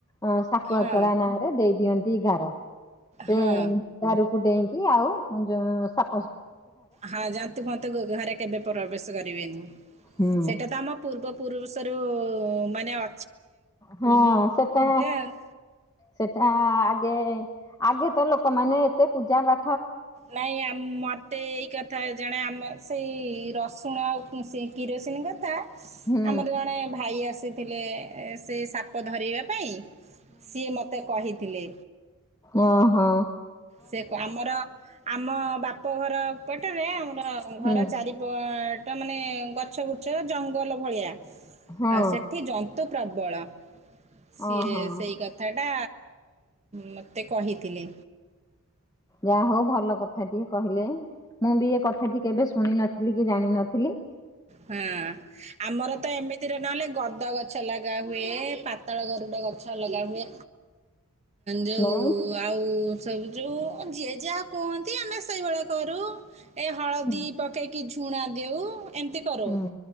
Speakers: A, on the left; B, on the right.
A: ଅଁ ସାପୁଆ
B: ହଁ
A: କେଳା ନାଁ ରେ ଦେଇ ଦିଅନ୍ତି ଗାର, ସେ
B: ହଁ
A: ଗାରକୁ ଡେଇଁକି ଆଉ ଯୋଁଉ ସାପ୍
B: ହଁ ଯାଆନ୍ତୁ ମତେ ଘରେ କେବେ ପ୍ରବେଶ କରିବେନି।
A: ହୁଁ
B: ସେଇଟା ତ ଆମ ପୂର୍ବ ପୁରୁଷରୁ ମାନେ ଅ
A: ହଁ ସେଟା
B: ଆଉ
A: ସେଟା <inaudible> ଆ ଆଗେ ତ ଲୋକମାନେ ଏତେ ପୂଜା ପା
B: ନାଇଁ ଆମ୍ ମତେ ଏଇ କଥା ଜଣେ ଆମ ସେଇ ର ରସୁଣ ଆଉ ସେଇ କିରୋସିନ୍ କଥା
A: ହୁଁ
B: ଆମର ଜଣେ ଭାଇ ଆସ୍ ଥିଲେ ସେ ସାପ ଧରିବା ପାଇଁ ସିଏ ମୋତେ କହିଥିଲେ।
A: ଓହୋଃ।
B: ସେ କ ଆମର ଆମ ବାପ୍ ବାପଘର ପଟରେ ଆମର ଘର
A: ହୁଁ
B: ଚାରିପଟ ମାନେ ଗଛଗୁଛ ଜଙ୍ଗ୍ ଜଙ୍ଗଲ ଭଳିଆ
A: ହଁ
B: ଆଉ ସେଠି ଜନ୍ତୁ ପ୍ରବଳ। ସିଏ
A: ଓହୋ
B: ସେଇ କଥାଟା ମତେ କହିଥିଲେ।
A: ଯାହା ହଉ ଭଲ କଥାଟିଏ କହିଲେ ମୁଁ ବି ଏ କଥାଟି କେବେ ଶୁଣିନ ଥିଲି କି ଜାଣିିନଥିଲି।
B: ହଁଅ-ଅ ଆମର ତ ଏମିତିରେ ନହେଲେ ଗଦ୍ ଗଦ ଗଛ ଲଗା ହୁଏ ପାାତାଳ ଗରୁଡ ଗଛ ଲଗା ହୁଏ। ଯୋଉ
A: ନାଇଁ
B: ଆଉ ସବୁୁ ଯୋଉ ଯିଏ ଯାହା କୁହନ୍ତି ଆମେ ସେଇଭଳିଆ କରୁ ଏ ହଳଦୀ
A: ହୁଁ
B: ପକେଇକି ଝୁ ଝୁଣା ଦେଉ ଏମିତି କରୁ,
A: ହୁଁ